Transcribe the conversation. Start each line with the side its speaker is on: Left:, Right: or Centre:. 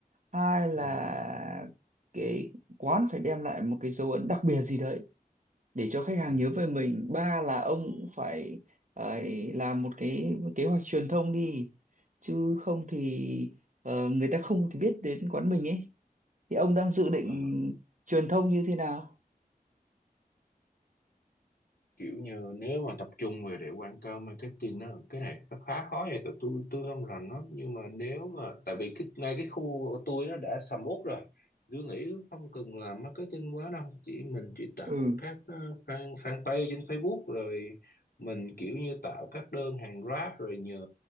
Right: hai là
Left: ừ,
Right: cái quán phải đem lại một cái dấu ấn đặc biệt gì đấy để cho khách hàng
Left: ừ,
Right: nhớ về mình ba là ông cũng phải ờ, làm một cái kế hoạch truyền thông đi chứ không thì ờ, người ta không thì biết đến quán mình ấy thì ông đang dự định
Left: ừ.
Right: truyền thông như thế nào
Left: kiểu như nếu mà tập trung về để quảng cáo marketing á cái này nó khá khó vậy tại tôi tôi không rành lắm nhưng mà nếu mà tại vì cái, ngay cái khu của tôi nó đã sầm uất rồi tôi nghĩ không cần làm marketing quá đâu chỉ mình chỉ tạo
Right: ừ
Left: các ờ, fan fanpage trên Facebook rồi mình kiểu như tạo các đơn hàng Grab rồi nhờ